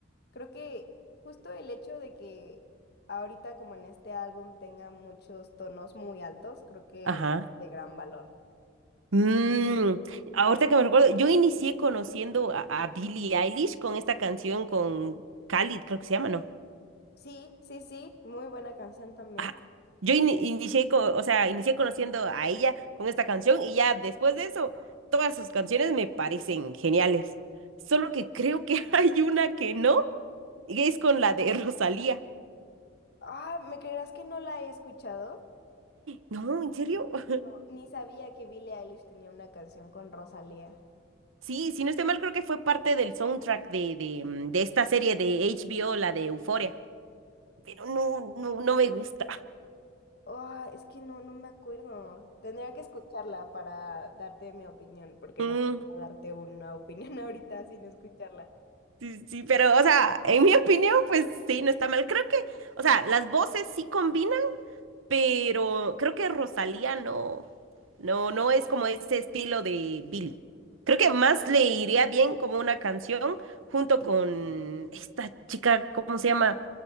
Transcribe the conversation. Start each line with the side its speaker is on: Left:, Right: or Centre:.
Left: creo que justo el hecho de que ahorita, como en este álbum, tenga muchos tonos muy altos, creo que
Right: Ajá.
Left: lo hace de gran valor.
Right: Mm, ahorita que me recuerdo, yo inicié conociendo a, a Billie Eilish con esta canción con Khalid, creo que se llama, ¿no?
Left: Sí, sí, sí. Muy buena canción también.
Right: Ajá. Yo ini- inicié, co- o sea, inicié conociendo a ella con esta canción y ya después de eso, todas sus canciones me parecen geniales. Solo que creo que <laughs> hay una que no, y es con la de Rosalía.
Left: Ah, ¿me creerás que no la he escuchado?
Right: No, ¿en serio? <laughs>
Left: No, ni sabía que Billie Eilish tenía una canción con Rosalía.
Right: Sí, si no estoy mal, creo que fue parte del soundtrack de, de, mm, de esta serie de HBO, la de Euphoria. Pero no, no, no me gusta.
Left: Ah, es que no, no me acuerdo. Tendría que escucharla para darte mi opinión, porque
Right: Mm.
Left: no puedo <laughs> darte una opinión <laughs> ahorita sin escucharla.
Right: Sí, sí, pero, o sea, en mi <laughs> opinión, pues sí, no está mal. Creo que, o sea, las voces sí combinan, pero creo que Rosalía no, no, no es como ese estilo de Billy. Creo que más le iría bien como una canción junto con esta chica, ¿cómo se llama?